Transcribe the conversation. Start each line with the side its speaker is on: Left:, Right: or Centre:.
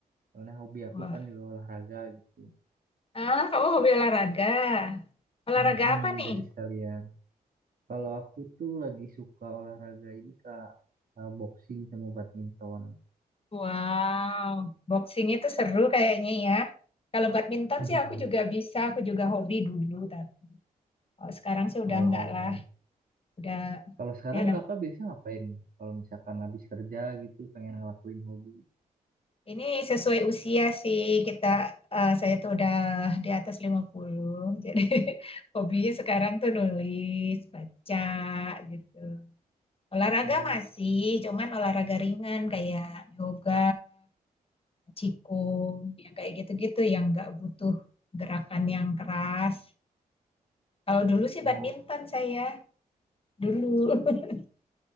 Right: Soalnya hobi aku
Left: Wah.
Right: kan juga olahraga gitu.
Left: Ah, kamu hobi olahraga. Olahraga
Right: Mm-mm,
Left: apa nih?
Right: jadi sekalian. Kalau aku tuh lagi suka olahraga ini Kak, eh, boxing sama badminton.
Left: Wow, boxing itu seru kayaknya ya. Kalau badminton
Right: <laughs>
Left: sih aku juga bisa, aku juga hobi dulu. Tapi kalau sekarang sih
Right: Oh,
Left: udah enggak lah. Udah,
Right: kalau sekarang
Left: ya udah.
Right: kakak biasanya ngapain? Kalau misalkan habis kerja gitu, pengen ngelakuin hobi.
Left: Ini sesuai usia sih kita, eh, saya tuh udah di atas 50, Jadi <laughs> hobinya sekarang tuh nulis, baca gitu. Olahraga
Right: Oh,
Left: masih, cuman olahraga ringan kayak yoga, qigong, yang kayak gitu-gitu yang nggak butuh gerakan yang keras. Kalau dulu sih
Right: oh,
Left: badminton saya dulu. <laughs>